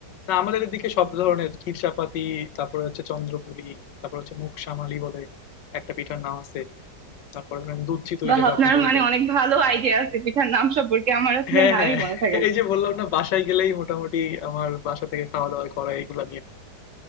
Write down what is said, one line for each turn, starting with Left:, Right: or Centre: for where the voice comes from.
Left: না আমাদের এদিকে সব ধরনের ক্ষীরসাপাতি, তারপরে হচ্ছে চন্দ্রপুলি, তারপরে হচ্ছে মুগশামালি বলে একটা পিঠার নাম আছে। তারপরে ধরেন দুধ চিতই
Right: বা
Left: যেটা
Right: আপনার
Left: আপনি বললেন।
Right: মানে অনেক ভালো আইডিয়া আছে পিঠার নাম সম্পর্কে আমার আসলে
Left: হ্যাঁ,
Right: নামই
Left: হ্যাঁ।
Right: মনে থাকে না
Left: এই যে বললাম না বাসায় গেলেই মোটামুটি আমার বাসা থেকে খাওয়া দাওয়া করা এগুলা নিয়ে।